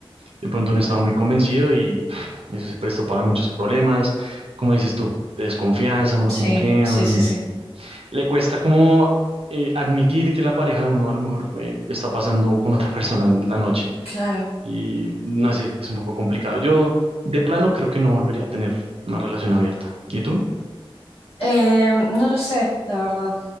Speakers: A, on the right; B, on the left.
A: de pronto no estaba muy convencido y pff, eso se prestó para muchos problemas, como dices tú, de desconfianza, uno
B: Sí,
A: como que...
B: sí,
A: mm,
B: sí, sí.
A: le cuesta como eh, admitir que la pareja de uno a lo mejor eh, está pasando con otra persona en la noche
B: Claro.
A: y no sé, es un poco complicado. Yo de plano creo que no volvería a tener una relación abierta. ¿Y tú?
B: Eh, no lo sé, la verdad.